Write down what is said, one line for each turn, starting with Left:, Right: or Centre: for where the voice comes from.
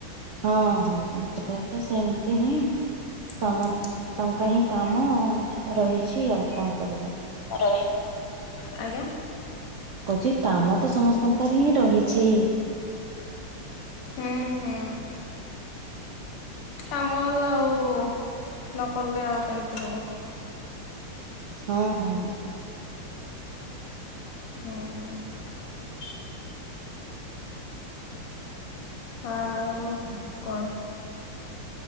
Right: ହଁ ହଁ ସେଟା ତ ସେମିତି ହିଁ।
Left: ହଁ
Right: ତମ ତଙ୍କା ହିଁ କାମ ରହିଛି ଆଉ କଣ କରିବା।
Left: <unintelligible> ଆଜ୍ଞା
Right: କହୁଛି କାମ ତ ସମସ୍ତଙ୍କର ହିଁ ରହିଛି।
Left: ହୁଁ ହୁଁ କାମ ଆଉ ନକଲେ ଆଉ କେମିତି ହେବ।
Right: ହଁ ହଁ।
Left: ଉଁ ହୁଁ। ଆଉ କଣ